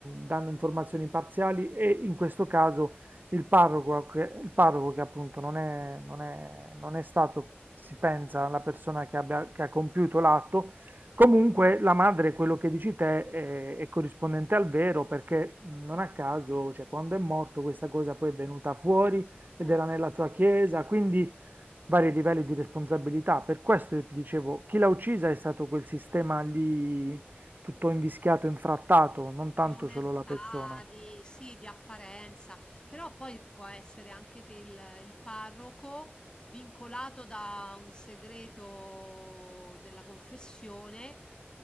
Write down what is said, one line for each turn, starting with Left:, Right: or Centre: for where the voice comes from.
Right: danno informazioni parziali e in questo caso il parroco che, il parroco che appunto non è, non è- non è stato, si pensa, la persona che, abbia- che ha compiuto l'atto, comunque la madre, quello che dici te, è, è corrispondente al vero perché mh, non a caso, cioè, quando è morto questa cosa poi è venuta fuori ed
Left: Ecco.
Right: era nella sua chiesa, quindi vari livelli di responsabilità. Per questo io ti dicevo, chi l'ha uccisa è stato quel sistema lì tutto invischiato, infrattato, non tanto
Left: di omertà,
Right: solo la persona.
Left: di, sì, di apparenza, però poi può essere anche che il, il parroco, vincolato da un segreto della confessione,